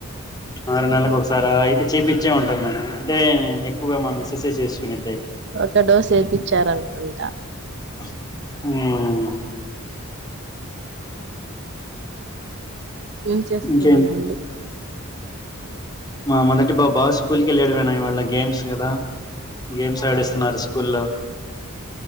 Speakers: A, on the left; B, on the right.
A: ఆరు నెలలకు ఒకసారి అయితే చేపచ్చే ఉంటాం మేము అంటే ఎక్కువగా మా మిస్సెస్ చేసుకునే
B: ఒక డోస్ వేపిచ్చారనుకుంటా
A: అ
B: ఏం చేస్తున్నానండి
A: ఇంకేంటి మా మొదటి బాబా స్కూల్కి వెళ్ళాడు మేడం ఇవాళ గేమ్స్ కదా గేమ్స్ ఆడిస్తున్నారు స్కూల్లో